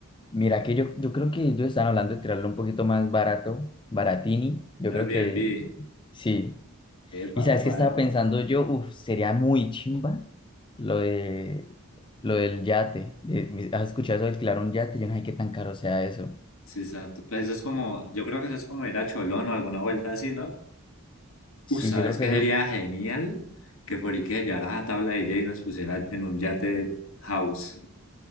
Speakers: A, on the left; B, on the left.
A: Mira que yo, yo creo que ellos están hablando de tirarlo un poquito más barato, baratini. Yo
B: Un
A: creo
B: Airbnb.
A: que sí.
B: Epa,
A: Y sabes
B: epa,
A: qué estaba
B: epa.
A: pensando yo, uf, sería muy chimba lo de lo del yate. De- ¿has escuchado eso de alquilar un yate? Yo no sé qué tan caro sea eso.
B: Sí, exacto. Pues eso es como, yo creo que eso es como ir a Cholón o alguna vuelta así, ¿no?
A: Sí,
B: Uh, ¿sabes
A: yo creo
B: qué
A: que eso,
B: sería genial? Que Forique llevaras a tabla de DJ y nos pusiera en un yate house.